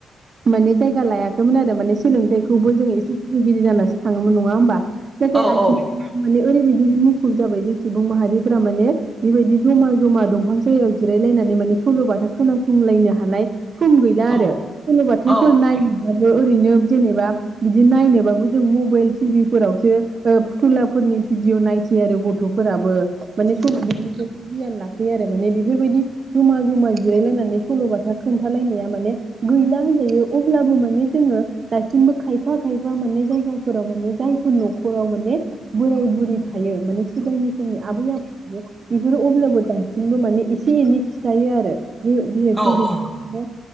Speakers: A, on the right; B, in the centre.
A: माने जायगा लायाखैमोन आरो मान। सोलोंथाइखौबो जोङो एसे। बिदि जाना। थाङोमोन नङा होमबा। नाथाय
B: औ
A: आथिखालाव
B: औ
A: माने। ओरैबायदि मुखुब जाबाय जे सुबुं माहारिफोरा माने बेबायदि जमा जमा दंफां सायाव जिरायलायनानै माने सल'बाथा खोनासंलायनो हानाय। सम गैला
B: औ
A: आरो सल' बाथाफोर
B: औ
A: नायैनोबो। ओरैनो जेनेबा बिदि नायनोबाबो। जों मबाइल टिभि फोरावसो ओ फुथुलाफोरनि भिदिअ नायसै आरो गथ'फोराबो। माने फोरबो बिनिफ्राय गियान ला। आरो माने बेफोरबायदि जमा जमा जिरायलायनानै सल'बाथा खोन्थालायनाया माने गैला होनजायो अब्लाबो माने जोङो दासिमबो खायफा खायफा माने जायगाफोराव माने जायफोर न'खराव माने बोराय बुरि थायो माने सिगांनि समनि आबै आबौनि बेफोरो अब्लाबो दासिमबो माने एसे एनै खिथायोआरो जे जेहेथु
B: औ
A: बि-बिसोरबो
B: औ